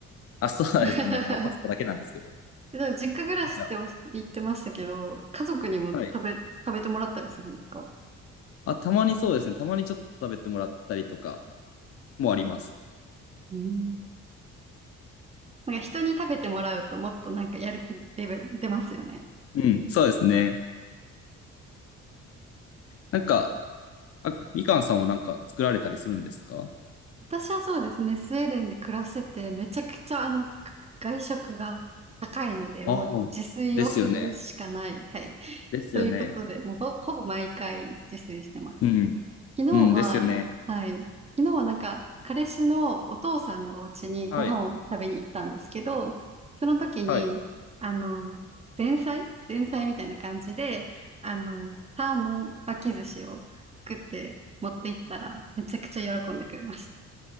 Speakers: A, on the left (about 50°); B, on the right (about 20°).
A: あ、そうですね。
B: <laughs>
A: なんかまあパスタだけなんですけど。
B: でも実家暮らしっておっ言ってましたけど、
A: なんか、
B: 家族にも食べ、
A: はい。
B: 食べてもらったりするんですか
A: あ、たまにそうですね。たまにちょっと食べてもらったりとかもあります。
B: うん。なんか人に食べてもらうともっとなんかやる気出る、出ますよね。
A: うん、そうですね。なんか、あ、みかんさんはなんか作られたりするんですか
B: 私はそうですね、スウェーデンで暮らしてて、めちゃくちゃあの、か外食が高いので、
A: ああ。
B: もう自炊をするしかない。
A: ですよね。
B: はい。
A: ですよね。
B: ということで、もうほ、ほぼ毎回自炊してます。
A: うん。
B: 昨日は、
A: うん、ですよね。
B: はい。昨日はなんか、彼氏のお父さんのお家にご飯を食べに行ったんですけど、
A: はい。
B: その時に、
A: はい。
B: あの、前菜前菜みたいな感じで、あの、サーモン巻き寿司を作って持って行ったら、めちゃくちゃ喜んでくれました。